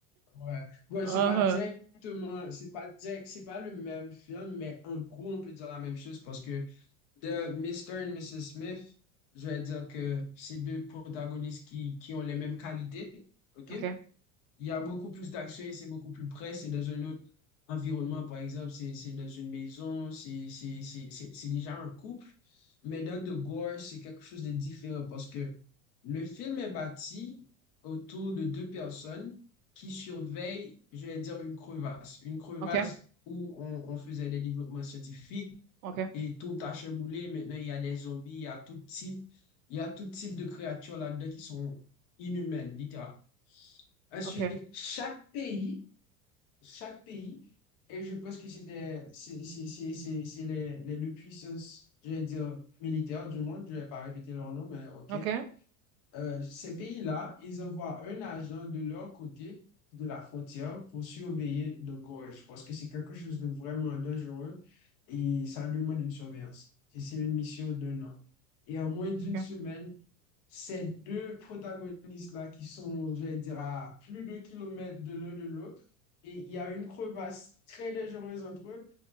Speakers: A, on the left; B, on the right.
A: Ouais. Ouais,
B: Uh-huh.
A: c'est pas directement, c'est pas direct, c'est pas le même film, mais en gros, on peut dire la même chose parce que De Mister et Mrs. Smith, je vais dire que c'est deux protagonistes qui, qui ont les mêmes qualités. OK?
B: Ok,
A: Il y a beaucoup plus d'action et c'est beaucoup plus près. C'est dans un autre environnement, par exemple, c'est c'est dans une maison, c'est c'est- c'est- c'est- c'est déjà un couple. Mais dans The Gore, c'est quelque chose de différent parce que le film est bâti autour de deux personnes qui surveillent, je vais dire, une crevasse. Une crevasse
B: ok,
A: où on, on faisait des développements scientifiques
B: ok,
A: et tout a chamboulé. Maintenant, il y a des zombies, il y a tout type, il y a tout type de créatures là-dedans qui sont inhumaines, littéralement. Ensuite,
B: ok,
A: chaque pays, chaque pays, et je pense que c'était, c'est c'est- c'est- c'est- c'est les, les deux puissances, je vais dire militaires du monde, je vais pas répéter leur nom, mais ok
B: ok,
A: euh, ces pays-là, ils envoient un agent de leur côté de la frontière pour surveiller de gorge, parce que c'est quelque chose de vraiment dangereux et ça demande une surveillance. Et c'est une mission d'un an. Et en moins d'une
B: ok,
A: semaine, ces deux protagonistes-là qui sont, je vais dire, à plus de kilomètres de l'un de l'autre, et il y a une crevasse très dangereuse entre eux,